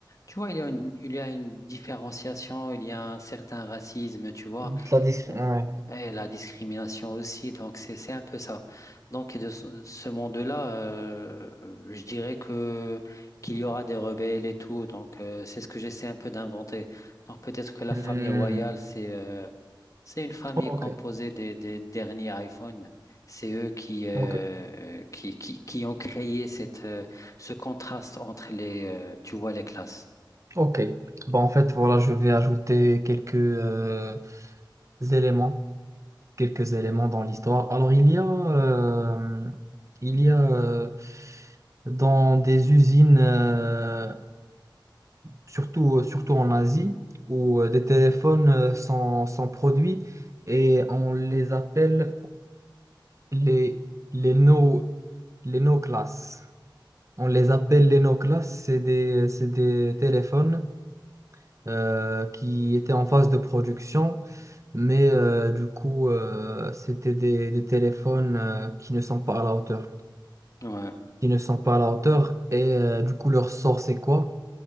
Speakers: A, on the left; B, on the right.
A: tu vois, il y a une, il y a une différenciation, il y a un certain racisme, tu vois.
B: De La dis-
A: Euh,
B: ouais.
A: Et la discrimination aussi, donc c'est c'est un peu ça. Donc de ce ce monde-là, euh, je dirais que qu'il y aura des rebelles et tout, donc euh, c'est ce que j'essaie un peu d'inventer. Donc peut-être que la
B: Hmm.
A: famille royale, c'est euh, c'est une famille
B: Ok,
A: composée des, des derniers iPhones. C'est eux qui, euh,
B: ok,
A: qui, qui, qui ont créé cette, euh, ce contraste entre les, euh, tu vois, les classes.
B: ok. Bah, en fait, voilà, je vais ajouter quelques euh, éléments, quelques éléments dans l'histoire. Alors, il y a, euh, il y a euh, dans des usines, euh, surtout, surtout en Asie, où euh, des téléphones euh, sont, sont produits et on les appelle les, les no, les no class. On les appelle les no class, c'est des, c'est des téléphones euh, qui étaient en phase de production, mais euh, du coup, euh, c'était des, des téléphones euh, qui ne sont pas à la hauteur.
A: Ouais,
B: Qui ne sont pas à la hauteur, et euh, du coup, leur sort, c'est quoi?